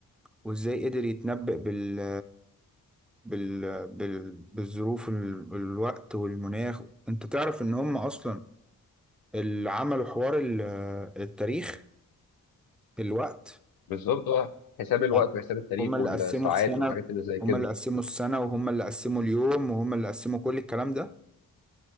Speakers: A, in the centre; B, on the left.
A: وازاي قدر يتنبأ بال بال بال بالظروف ال- الوقت والمناخ انت تعرف ان هم اصلا اللي عملوا حوار ال- التاريخ الوقت
B: بالظبط اه حساب الوقت
A: يعني
B: وحساب التاريخ
A: هم اللي
B: والساعات
A: قسموا السنة
B: والحاجات اللي زي
A: هم
B: كده
A: اللي قسموا السنة وهم اللي قسموا اليوم وهم اللي قسموا كل الكلام ده